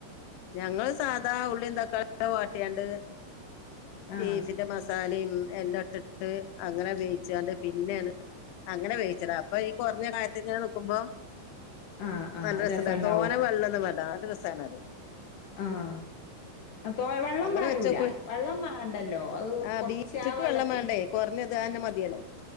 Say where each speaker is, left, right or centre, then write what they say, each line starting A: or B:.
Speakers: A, on the left (about 80°); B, on the left (about 65°).
A: ഞങ്ങള് സാധാ ഉള്ളിം തക്കാളി ഒക്കെ വാട്ടിങ്ങാണ്ട്
B: ആ
A: ബീഫിന്റെ മസാലിം എല്ലാം ഇട്ടിട്ട് അങ്ങനെ വേവിച്ചിങ്ങാണ്ട് പിന്നേണ് അങ്ങനെ വേവിച്ചലാ അപ്പൊ ഈ കൊറഞ്ഞ കായത്തി ഇങ്ങനെ നിക്കുമ്പോ
B: ആഹ് ആഹ്
A: നല്ല രസംണ്ട്
B: രസണ്ടാവും.
A: തോനെ വെള്ളൊന്നും വേണ്ട നല്ല രസാണ്
B: ആഹ് അ തോ വെള്ളം
A: അങ്ങനെ
B: പാരൂല
A: വെച്ചോക്കോളി
B: വെള്ളം മാണ്ടല്ലോ അത്
A: ആഹ്
B: കൊറച്ച്
A: ബീഫ്ക്ക്
B: ആ വെള്ളത്തില്
A: വെള്ളം വേണ്ടേ കൊറഞ്ഞത് അതന്നെ മതിയല്ലോ